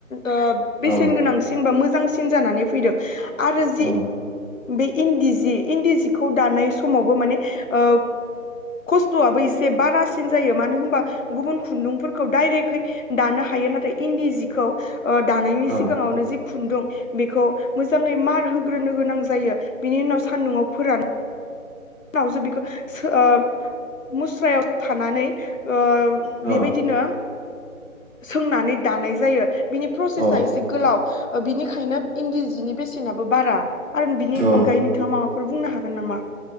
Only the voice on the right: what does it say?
औ
औ
औ
औ
औ
औ